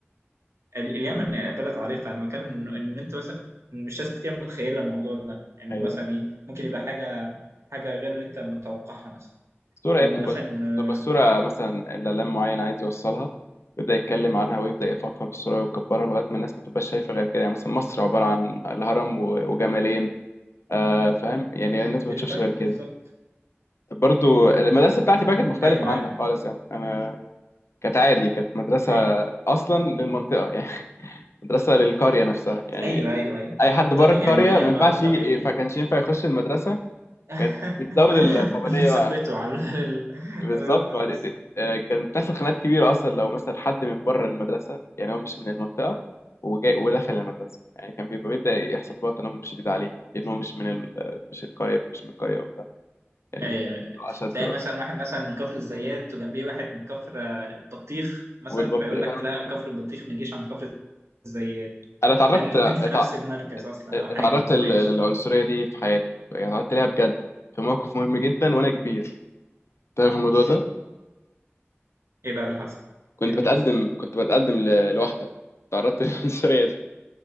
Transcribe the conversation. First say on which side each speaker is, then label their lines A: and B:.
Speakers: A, on the right; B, on the left.
A: اليمن بلد عريقه انا بتكلم ان إن انت مثلا مش ناس كتير متخيله الموضوع ده ان
B: ايوه
A: مثلا ايه ممكن يبقى حاجه حاجه غير اللي انت متوقعها مثلا
B: الصوره ايه
A: او
B: بتبقى
A: مثلا
B: بتبقى الصوره مثلا الاعلام معين عايز يوصلها يبدا يتكلم عنها ويبدا يفخم في الصوره ويكبرها لغايه ما الناس ما تبقاش شايفه غير كده يعني مثلا مصر عباره عن الهرم و- وجمالين آه فاهم يعني
A: ستيريوتايب
B: الناس ما بتشوفش غير كده
A: بالظبط
B: برضو المدرسه بتاعتي بقى كانت مختلفه
A: ايوه معايا
B: عنك خالص يعني انا كانت عادي كانت مدرسه
A: ايوه
B: اصلا للمنطقه <laughs> يعني مدرسه للقريه نفسها يعني
A: ايوه ايوه ايوه
B: اي حد بره
A: طبيعي
B: القريه
A: ما هي
B: ما
A: ما
B: ينفعش
A: ده الطبيعي
B: يجي ما كانش ينفع يخش المدرسه
A: <laughs>
B: كانت بتزود القابليه
A: بنثبته
B: بقى
A: على ال-
B: بالظبط
A: على المدرسه
B: بعد- آه، كان بتحصل خناقات كبيره اصلا لو مثلا حد من بره المدرسه يعني هو مش من المنطقه وجاي ودخل المدرسه يعني كان بيبقى بيبدا يحصل بقى تنمر شديد عليه لان هو مش من ال... مش القريه مش من القريه وبتاع يعني
A: اي
B: كان الموضوع اشد
A: تلاقي
B: بقى
A: مثلا واحد مثلا من كفر الزيات وجنبيه واحد من كفر آه، البطيخ مثلا
B: والبط
A: فيقول
B: فاهم
A: لك لا كفر البطيخ ما يجيش عند كفر الزيات
B: انا اتعرضت
A: مع الاتنين
B: اتع-
A: في نفس المركز اصلا
B: اتعرضت
A: او حاجه ما تفرقش
B: لل- للعنصريه دي في حياتي خد بالك. يعني اتعرضت ليها بجد في موقف مهم جدا وانا كبير تعرف الموضوع ده
A: ايه بقى اللي حصل
B: كنت
A: ايه اللي
B: بتقدم
A: حصل
B: كنت بتقدم ل- لواحده تعرضت <laughs> للعنصريه دي